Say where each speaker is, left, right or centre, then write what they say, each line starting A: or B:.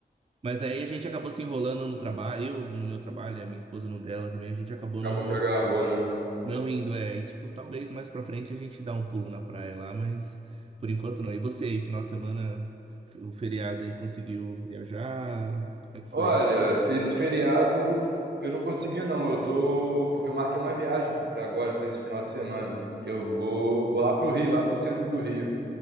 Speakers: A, on the right; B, on the right.
A: Mas aí a gente acabou se enrolando no trabalho, eu no meu trabalho, e a minha esposa no dela também, a gente acabou
B: Acabou
A: não.
B: que agarrou, né?
A: Não indo, é. E, tipo, talvez mais pra frente a gente dá um pulo na praia lá, mas por enquanto não. E você aí, final de semana, o feriado aí, conseguiu viajar? Como é que foi?
B: Olha, esse feriado eu não consegui não. Eu tô porque eu marquei uma viagem pra agora, pra esse final de semana. Eu vou vou lá pro Rio, lá pro centro do Rio.